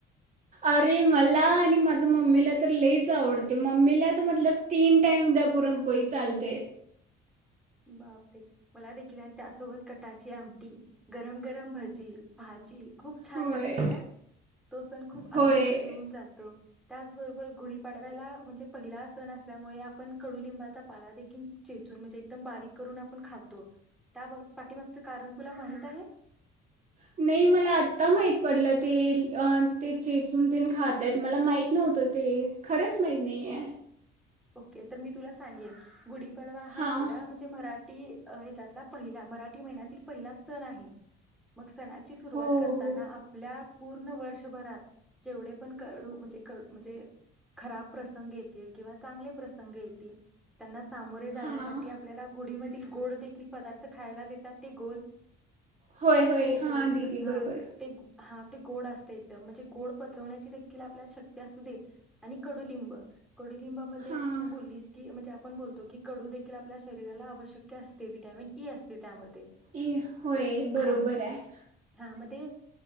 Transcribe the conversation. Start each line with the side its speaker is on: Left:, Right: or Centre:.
Right: अरे मला आणि माझं मम्मीला तर लईच आवडते. मम्मीला मतल तीन टाईम द्या पुरणपोळी चालते.
Centre: बापरे मला देखील त्यासोबत कटाची आमटी. गरम गरम भजी, भाजी खूप छान
Right: होय
Centre: लागते ना. तो सण खूप आनंद
Right: होय
Centre: देऊन जातो. त्याचबरोबर गुढीपाडव्याला म्हणजे पहिला सण असल्यामुळे आपण कडुलिंबाचा पाला देखील चेचून म्हणजे एकम बारीक करून आपण खातो. त्या पाठीमागच कारण तुला माहित आहे?
Right: नाही मला आता माहीत पडलं ते ते चेचून ते खातत मला माहित नव्हतं ते खरंच माहीत नाही
Centre: ओ-
Right: आहे.
Centre: ओके तर मी तुला सांगेन गुढी पाडवा हा
Right: हां
Centre: आपला म्हणजे मराठी ह्याच्यातला पहिला मराठी महिन्यातील पहिला सण आहे. मग सणा ची सुरुवात
Right: हो
Centre: करताना
Right: हो
Centre: आपल्या पूर्ण वर्षभरात जेवढे पण कडु म्हणजे म्हणजे खराब प्रसंग येतील, किंवा चांगले प्रसंग येतील त्यांना सामोरे जाण्यासाठी
Right: हां
Centre: आपल्याला गुढीमधील गोड देखील पदार्थ खायला देतात. ते गोल
Right: होय होय
Centre: ते
Right: हा
Centre: गोड
Right: दिदी बरोबर.
Centre: ते हा ते गोड असते एकदम म्हणजे गोड पचवण्याची देखील आपल्याला शक्ती असू दे, आणि कडुलिंब कडु लींबामध्ये
Right: हां
Centre: तू बोललीस की म्हणजे आपण बोलतो की कडू देखील आपल्या शरीराला आवशक असते, वि्हटॅमिन ई असते त्यामध्ये
Right: ए होय
Centre: तर
Right: बरोबर
Centre: हा
Right: आहे
Centre: हा मग ते